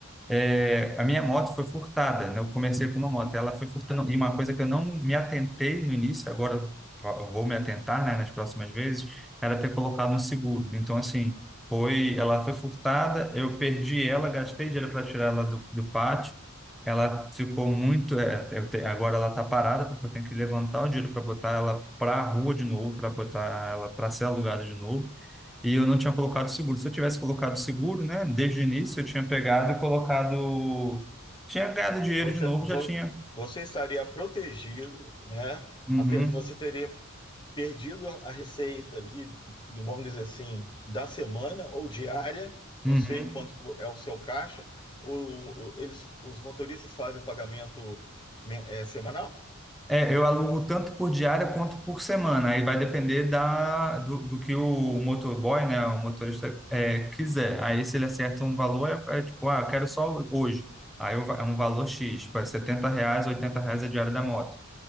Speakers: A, in the centre; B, on the left.
A: É, a minha moto foi furtada, né? Eu comecei com uma moto, ela foi furtando. E uma coisa que eu não me atentei no início, agora eu vou me atentar, né, nas próximas vezes, era ter colocado um seguro. Então, assim, foi, ela foi furtada, eu perdi ela, gastei dinheiro para tirar ela do, do pátio. Ela ficou muito. é, eu te- agora ela está parada, porque eu tenho que levantar o dinheiro para botar ela para a rua de novo, para botar ela para ser alugada de novo. E eu não tinha colocado seguro. Se eu tivesse colocado seguro, né, desde o início, eu tinha pegado e colocado. Tinha ganhado dinheiro
B: Você,
A: de novo,
B: vo-
A: já tinha.
B: você estaria protegido, né?
A: Uhum,
B: Ape- Você teria perdido a, a receita ali, do- vamos dizer assim, da semana ou diária. Não
A: uhum.
B: sei o quanto que é o seu caixa. O, o- eles, os motoristas fazem pagamento, me- é, semanal?
A: É, eu alugo tanto por diária quanto por semana. Aí vai depender da, do, do que o motorboy, né, o motorista, é, quiser. Aí se ele acerta um valor, é, é tipo, ah, eu quero só hoje. Aí eu va- é um valor X, tipo, é R$ reais, 80 reais a diária da moto.